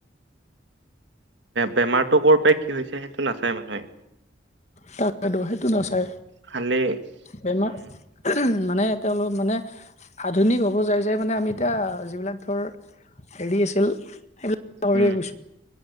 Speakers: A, on the right (about 70°); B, on the left (about 35°).
A: বেমাৰটো ক'ৰ পৰাই কি হৈছে সেইটো নাচায় মানুহে।
B: তাক সেইটো না,
A: খালি
B: বেমাৰ
A: উম
B: মানে তেওঁ মানে আধুনিক হ'ব যায় যায় মানে আমি এতিয়া যিবিলাক ধৰ হেৰি আছিল সেইবিলাক পাহৰিয়ে
A: উম
B: গৈছো,